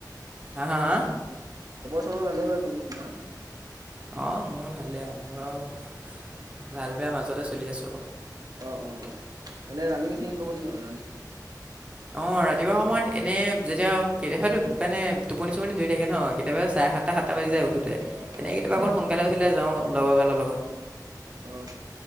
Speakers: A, on the right (about 15°); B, on the right (about 60°).
A: হা, হা, হা?
B: খবৰ চবৰ ভালেই বাৰু তোৰ-তোমাৰ?
A: অ', মোৰ ভালেই আৰু, মোৰ আৰু, ভাল বেয়া মাজতে চলি আছোঁ।
B: অ'-অ'-অ' এনে ৰানিং চানিং কৰিব যোৱা, ৰানিং?
A: অ', ৰাতিপুৱা সময়ত এনেই যেতিয়া, কেতিয়াবাটো মানে টোপনি-চোপনি ধৰি থাকে ন কেতিয়াবা চাৰে সাত সাতটা বাজি যাই উঠোতে,
B: অ', অ',
A: এনে
B: অ',
A: কেতিয়াবা
B: অ'।
A: অকণ শুন কালে উঠিলে যাওঁ লগৰ কালৰ লগত,
B: অ',